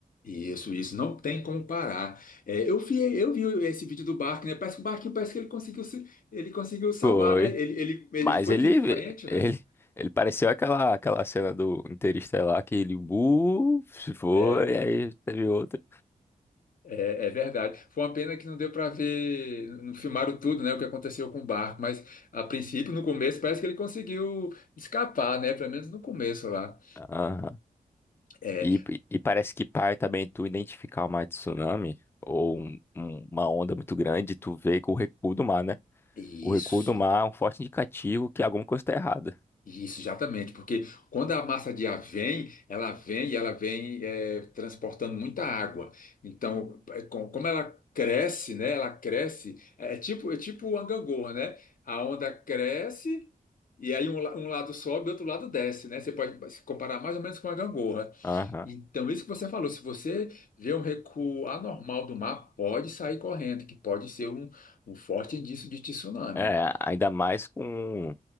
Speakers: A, on the left (about 65°); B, on the left (about 15°).
A: Isso, isso. Não tem como parar. É, eu vi, eu vi esse vídeo do barco, né? Parece que o barquinho, parece que ele conseguiu, se- ele conseguiu salvar,
B: foi.
A: né? Ele, ele, ele
B: Mas
A: foi
B: ele,
A: de frente,
B: ele,
A: né?
B: ele pareceu aquela, aquela cena do Interestelar que ele, uh, se foi,
A: É,
B: aí teve outra.
A: É, é verdade. Foi uma pena que não deu para ver, não filmaram tudo, né, o que aconteceu com o barco, mas a princípio, no começo, parece que ele conseguiu escapar, né, pelo menos no começo lá.
B: Aham.
A: É,
B: E, e parece que par também tu identificar uma tsunami ou um- um- uma onda muito grande, tu vê com o recuo do mar, né?
A: isso.
B: O recuo do mar é um forte indicativo que alguma coisa está errada.
A: Isso, exatamente, porque quando a massa de ar vem, ela vem e ela vem eh, transportando muita água. Então, eh, com- como ela cresce, né? Ela cresce, é é tipo, é tipo o gangorra, né? A onda cresce e aí um, la- um lado sobe e outro lado desce, né? Você pode se comparar mais ou menos com a gangorra.
B: Aham.
A: Então, isso que você falou, se você vê um recuo anormal do mar, pode sair correndo, que pode ser um, um forte indício de tsunami.
B: É, ainda mais com